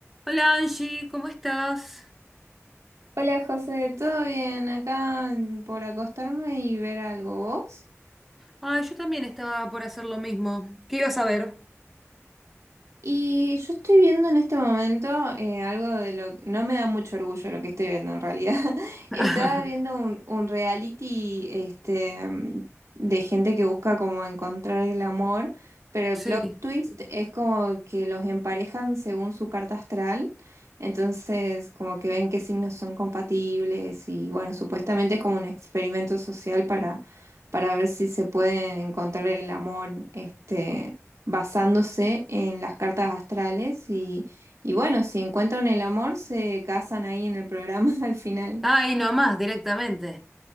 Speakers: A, in the centre; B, on the right.
A: Hola Angie, ¿cómo estás?
B: Hola José, ¿todo bien? Acá mm, por acostarme y ver algo, ¿vos?
A: Ay, yo también estaba por hacer lo mismo. ¿Qué ibas a ver?
B: Y yo estoy viendo en este momento eh, algo de lo no me da mucho orgullo lo que estoy viendo en realidad. <laughs>
A: <laughs>
B: Estaba viendo un, un reality este, mm, de gente que busca como encontrar el amor, pero el
A: Sí.
B: plot twist es como que los emparejan según su carta astral. Entonces, como que ven qué signos son compatibles y bueno, supuestamente es como un experimento social para, para ver si se puede encontrar el amor. Este, basándose en las cartas astrales y, y bueno, si encuentran el amor, se casan ahí en el programa <laughs> al final.
A: Ay, nomás, directamente.